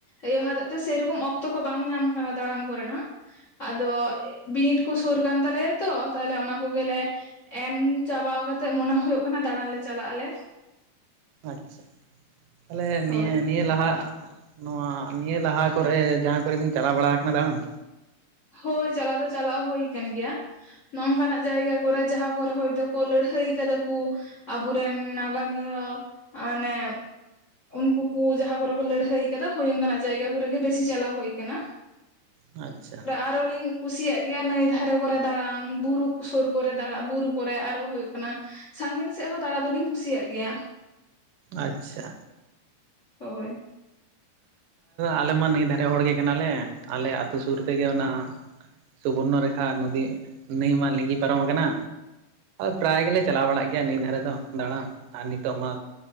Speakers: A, on the left; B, on the right.
A: ᱤᱭᱟᱹ ᱦᱚᱛᱮᱫ ᱛᱮ ᱥᱮᱨᱚᱠᱚᱢ ᱚᱠᱛᱚ ᱠᱚ ᱵᱟᱝ ᱧᱟᱢ ᱠᱟᱱᱟ ᱫᱟᱬᱟᱱ ᱠᱚᱨᱮᱱᱟᱜ ᱟᱫᱚ ᱵᱤᱱᱤᱰ ᱠᱚ ᱥᱩᱨ ᱠᱟᱱ ᱛᱟᱞᱮᱭᱟ ᱛᱚ ᱛᱟᱦᱞᱮ ᱚᱱᱟ ᱠᱚᱜᱮᱞᱮ ᱮᱢ ᱪᱟᱵᱟ ᱠᱟᱛᱮᱜ ᱢᱚᱱᱮ ᱦᱩᱭᱩᱜ ᱠᱟᱱᱟ ᱫᱟᱬᱟᱱ ᱞᱮ ᱪᱟᱞᱟᱜ ᱟᱞᱮ
B: ᱟᱪᱪᱷᱟ ᱛᱟᱦᱚᱞᱮ
A: ᱦᱳᱭ
B: ᱱᱤᱭᱟᱹ ᱱᱤᱭᱟᱹ ᱞᱟᱦᱟ ᱱᱚᱣᱟ ᱱᱤᱭᱟᱹ ᱞᱟᱦᱟ ᱠᱚᱨᱮ ᱡᱟᱦᱟᱸ ᱠᱚᱨᱮᱵᱤᱱ ᱪᱟᱞᱟᱣ ᱵᱟᱲᱟ ᱟᱠᱟᱱᱟ ᱫᱟᱬᱟᱱ
A: ᱦᱳᱭ ᱪᱟᱞᱟᱣ ᱫᱚ ᱪᱟᱞᱟᱣ ᱦᱩᱭ ᱟᱠᱟᱱ ᱜᱮᱭᱟ ᱱᱚᱝᱠᱟᱱᱟᱜ ᱡᱟᱭᱜᱟ ᱠᱚᱨᱮ ᱡᱟᱦᱟᱸ ᱠᱚᱨᱮ ᱦᱚᱭᱛᱳ ᱠᱚ ᱞᱟᱹᱲᱦᱟᱹᱭ ᱠᱟᱫᱟ ᱠᱚ ᱟᱵᱚᱨᱮᱱ ᱱᱟᱜᱟᱢᱤᱭᱟᱹ ᱢᱟᱱᱮ ᱩᱱᱠᱩ ᱠᱚ ᱡᱟᱦᱟᱸ ᱠᱚᱨᱮ ᱠᱚ ᱞᱟᱹᱲᱦᱟᱹᱭ ᱟᱠᱟᱫᱟ ᱦᱳᱭ ᱚᱱᱠᱟᱱᱟᱜ ᱡᱟᱭᱜᱟ ᱠᱚᱨᱮ ᱜᱮ ᱵᱮᱥᱤ ᱪᱟᱞᱟᱣ ᱦᱩᱭ ᱟᱠᱟᱱᱟ
B: ᱟᱪᱪᱷᱟ
A: ᱟᱨᱚ ᱞᱤᱧ ᱠᱩᱥᱤᱭᱟᱜ ᱜᱮᱭᱟ ᱱᱟᱹᱭ ᱫᱷᱟᱨᱮ ᱠᱚᱨᱮ ᱫᱟᱬᱟᱱ ᱵᱩᱨᱩ ᱥᱩᱨ ᱠᱚᱨᱮ ᱫᱟᱬᱟᱱ ᱵᱩᱨᱩ ᱠᱚᱨᱮ ᱟᱨᱚ ᱦᱩᱭᱩᱜ ᱠᱟᱱᱟ ᱥᱟᱺᱜᱤᱧ ᱥᱮᱫ ᱦᱚᱸ ᱫᱟᱬᱟ ᱫᱚᱞᱤᱧ ᱠᱩᱥᱤᱭᱟᱜ ᱜᱮᱭᱟ
B: ᱟᱪᱪᱷᱟ
A: ᱦᱳᱭ
B: ᱟᱞᱮ ᱢᱟ ᱱᱟᱹᱭ ᱫᱷᱟᱨᱮ ᱦᱚᱲ ᱜᱮ ᱠᱟᱱᱟᱞᱮ ᱟᱞᱮ ᱟᱹᱛᱩ ᱥᱩᱨ ᱛᱮᱜᱮ ᱚᱱᱟ ᱥᱩᱵᱚᱨᱱᱚ ᱨᱮᱠᱷᱟ ᱱᱚᱫᱤ ᱱᱟᱹᱭ ᱢᱟ ᱞᱤᱸᱜᱤ ᱯᱟᱨᱚᱢ ᱟᱠᱟᱱᱟ ᱯᱨᱟᱭ ᱜᱮᱞᱮ ᱪᱟᱞᱟᱣ ᱵᱟᱲᱟᱜ ᱜᱮᱭᱟ ᱱᱟᱹᱭ ᱫᱷᱟᱨᱮ ᱫᱚ ᱫᱟᱬᱟᱱ ᱟᱨ ᱱᱤᱛᱚᱜ ᱢᱟ